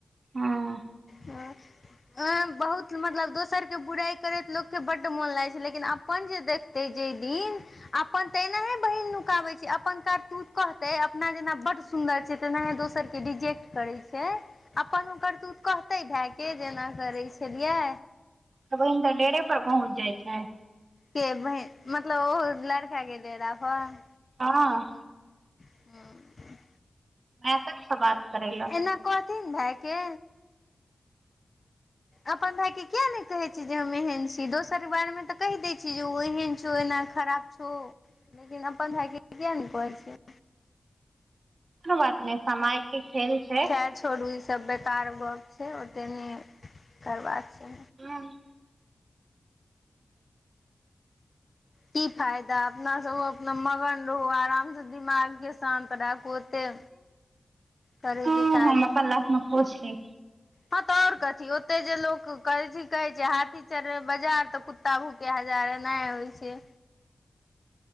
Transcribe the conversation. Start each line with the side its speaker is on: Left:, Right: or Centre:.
Right: हँ
Left: हँ अ बहुत मतलब दोसर के बुराइ करैत लोक के बड मोन लागैत छै लेकिन अपन जे देख तैय जे दिन अपन ऐनाहे बहिन नुकाबै छै अपन करतूत कह तऽ अपना जेना बड्ड सुन्दर छै तेनाहे दोसर के रिजेक्ट करै छै अपन ओ करतूत कहतै भएके जेना करैत छलियै
Right: तऽ बहिन तऽ डेरे पर पहुँच जाइत छै
Left: के बहिन मतलब ओहो लड़का के डेरा पर
Right: हँ
Left: हँ
Right: मैं तबसँ बात करैल
Left: ऐना कहथिन भाईके अपन भाई के किया ने कहे छी जे हम एहेन छी दोसर बार मे तऽ कहि देय छी जे ओ एहन छौ एना खराब छो लेकिन अपन भाय के किया नै कहै छियै
Right: कोनो बात नै समय के खेल छै
Left: तै छोरु ई सब बेकार गप छै ओते नहि करबा छै
Right: हँ
Left: की फायदा अपना से अपना मगन रहू आराम से दिमाग के शान्त राखू ओते करे
Right: हँ
Left: के काज
Right: हँ अपन लाइफ मे खुश छी
Left: हँ तऽ ओर कथी ओते जे लोक कहाइ कहै छै हाथी चले बाजार तऽ कुत्ता कुत्ता भूके हजारे नहि होइ छै